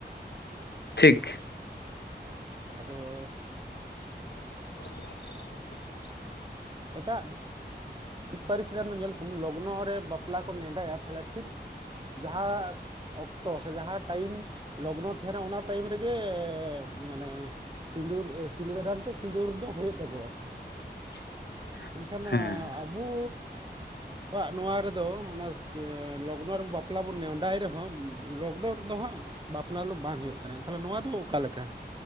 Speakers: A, on the left; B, on the right.
A: ᱴᱷᱤᱠ
B: ᱟᱫᱚ
A: <unintelligible>
B: ᱮᱴᱟᱜ ᱮᱴᱟᱜ ᱯᱟᱹᱨᱤᱥ ᱨᱮᱱ ᱫᱚ ᱧᱮᱞ ᱠᱚᱢ ᱞᱚᱜᱱᱚ ᱨᱮ ᱵᱟᱯᱞᱟ ᱠᱚ ᱱᱮᱰᱟᱭᱼᱟ ᱛᱟᱦᱞᱮ ᱴᱷᱤᱠ ᱡᱟᱸᱦᱟ ᱚᱠᱛᱚ ᱥᱮ ᱡᱟᱸᱦᱟ ᱴᱟᱭᱤᱢ ᱞᱚᱜᱱᱚ ᱛᱟᱦᱮᱱᱟ ᱚᱱᱟ ᱴᱟᱭᱤᱢ ᱨᱮᱜᱮ ᱢᱟᱱᱮ ᱥᱤᱸᱫᱩᱨ ᱥᱤᱸᱫᱨᱟᱹ ᱫᱟᱱ ᱥᱮ ᱥᱤᱸᱫᱩᱨ ᱫᱚ ᱦᱳᱭᱳᱜ ᱛᱟᱠᱚᱣᱟ
A: <unintelligible>
B: ᱢᱮᱱᱠᱷᱟᱱ
A: ᱦᱮᱸ
B: ᱟᱵᱩ ᱟᱵᱚᱣᱟᱜ ᱱᱚᱣᱟ ᱨᱮᱫᱚ ᱚᱱᱟ ᱞᱚᱜᱱᱚ ᱨᱮ ᱵᱟᱯᱞᱟ ᱵᱚᱱ ᱱᱮᱰᱟᱭ ᱨᱮᱦᱚᱸ ᱞᱚᱜᱱᱚ ᱨᱮ ᱫᱚ ᱦᱟᱸᱜ ᱵᱟᱯᱞᱟ ᱫᱚ ᱵᱟᱝ ᱦᱳᱭᱳᱜ ᱠᱟᱱᱟ ᱛᱟᱦᱞᱮ ᱱᱚᱣᱟ ᱫᱚ ᱚᱠᱟᱞᱮ ᱞᱮᱠᱟ